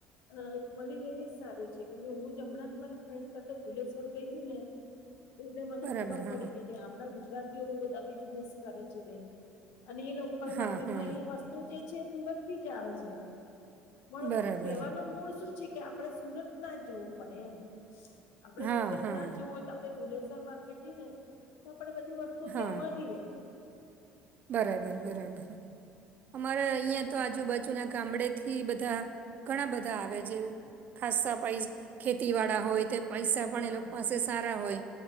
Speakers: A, on the left; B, on the right.
A: અ મળી લેવી જ સારું છે કેમ કે હું જ હમણાં જ મારી ફ્રેન્ડ સાથે ભુલેશ્વર ગઈ હતી ને એટલે મને
B: બરાબર
A: ખબર
B: હા
A: આપડા ગુજરાતીઓ બધા બિઝનેસ કરે છે બેન અને એ લોકલ
B: હા
A: માર્કેટમાં
B: હા
A: એ વસ્તુ જે છે સુરત થી જ આવે છે પણ
B: બરાબર
A: કેવાનો મૂળ શું છે કે આપડે સુરત ના જ જવું પડે એમ આપડે
B: હા
A: સુરત
B: હા
A: ના જવું હોય આપણે ભુલેશર માર્કેટ જઈ ને તો પણ બધી વસ્તુ
B: હા
A: ત્યાં મળી રહેે.
B: બરાબર બરાબર અમારે અહીંયા
A: અને
B: તો
A: આપણા
B: આજુબાજુના ગામડેથી ઈ બધા ઘણા બધા આવે જે ખાસા પાઈ ખેતીવાળા હોય તે પૈસા પણ
A: હા
B: એ લોકો પાસે સારા હોય